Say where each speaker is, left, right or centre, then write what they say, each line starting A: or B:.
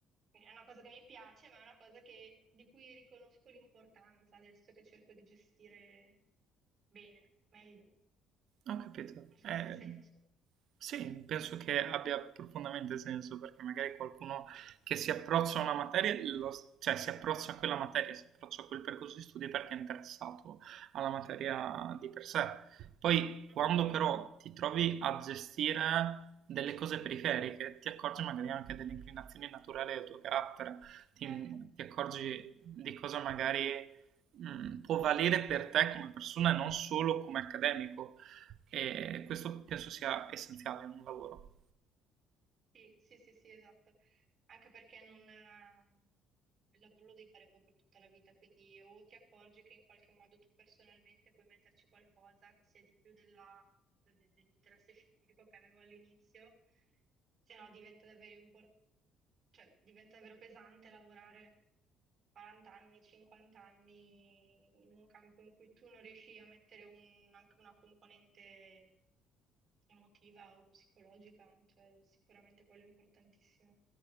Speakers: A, on the right; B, on the right.
A: Quindi è una cosa che mi piace, ma è una cosa che- di cui riconosco l'importanza adesso che cerco di gestire bene, meglio.
B: Ho capito.
A: Non
B: Eh,
A: so se ha senso.
B: Sì, penso che abbia profondamente senso perché magari qualcuno che si approccia a una materia, lo- cioè si approccia a quella materia, si approccia a quel percorso di studi perché è interessato alla materia di per sé. Poi quando
A: Mhm,
B: però ti trovi a gestire delle cose periferiche, ti accorgi magari anche delle inclinazioni naturali del tuo carattere, ti,
A: Certo.
B: ti accorgi di cosa magari mm, può valere per te come persona e non solo come accademico e questo penso sia essenziale in un lavoro.
A: Sì, sì, sì, sì, esatto anche perché non... eh, Il lavoro lo devi fare poi per tutta la vita, quindi o ti accorgi che in qualche modo tu personalmente puoi metterci qualcosa che sia di più della- de- dell'interesse scientifico che avevo all'inizio, se no diventa davvero impor- cioè, diventa davvero pesante lavorare 40 anni, 50 anni in un campo in cui tu non riesci a mettere un- anche una componente emotiva o psicologica, cioè sicuramente quello è importantissimo.